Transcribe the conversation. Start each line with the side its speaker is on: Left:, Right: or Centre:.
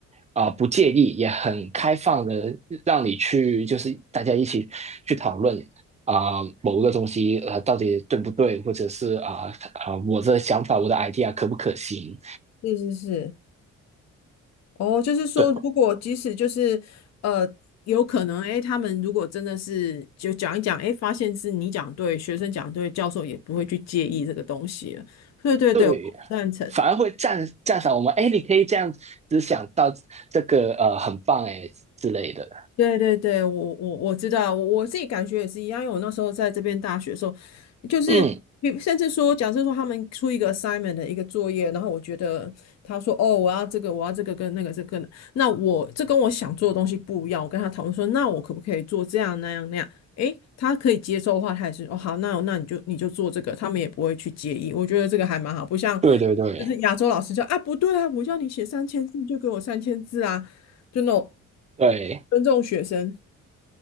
Right: 啊、呃不介意，也很开放的让你去，就是大家一起去讨论啊、呃某个东西呃到底对不对，或者是啊啊、呃呃我的想法我的 idea 可不可行？
Left: 是是是。哦，就是说，
Right: 对
Left: 如果即使就是呃，有可能，哎，他们如果真的是就讲一讲，哎，发现是你讲对，学生讲对，教授也不会去介意这个东西了。对对对，
Right: 对，
Left: 我赞成。
Right: 反而会赞赞赏我们，哎，你可以这样子想到这个呃很棒哎之类的。
Left: 对对对，我我我知道，我我自己感觉也是一样，因为我那时候在这边大学的时候，就是比甚至说，
Right: 嗯，
Left: 假设说他们出一个 assignment 的一个作业，然后我觉得他说哦，我要这个，我要这个跟那个这个跟，那我这跟我想做的东西不一样，我跟他讨论说，那我可不可以做这样那样那样？诶，他可以接受的话，他也是哦好，那那你就你就做这个，他们也不会去介意，我觉得这个还蛮好，不像
Right: 对对对
Left: 就是亚洲老师说啊不对啊，我叫你写三千字就给我三千字啊。就那种
Right: 对
Left: 尊重学生。